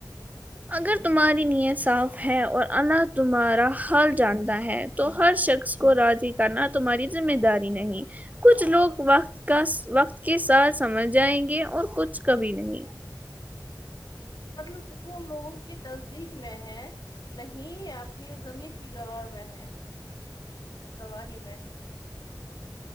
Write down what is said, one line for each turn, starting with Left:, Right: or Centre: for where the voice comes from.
Right: اگر تمہاری نیت صاف ہے اور اللہ تمہارا حال جانتا ہے تو ہر شخص کو راضی کرنا تمہاری ذمہ داری نہیں کچھ لوگ وقت کا وقت کے ساتھ سمجھ جائیں گے اور کچھ کبھی نہیں
Left: مطلب سکون لوگوں کی تصدیق میں ہیں نہیں اپنی زمیر کی گواہ میں ہے گواہی میں